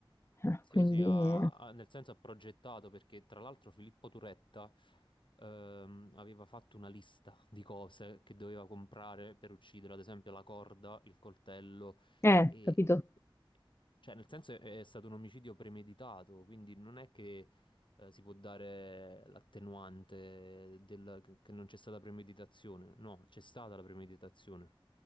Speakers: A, on the left; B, on the left.
A: eh,
B: Sì,
A: quindi,
B: sì, ha- ha- nel senso ha progettato perché tra l'altro Filippo Turetta ehm, aveva fatto una lista di cose che doveva comprare per uccidere, ad esempio la corda, il coltello
A: eh,
B: e...
A: capito?
B: Cioè, nel senso è, è stato un omicidio premeditato, quindi non è che eh, si può dare l'attenuante del- che che non c'è stata premeditazione. No, c'è stata la premeditazione.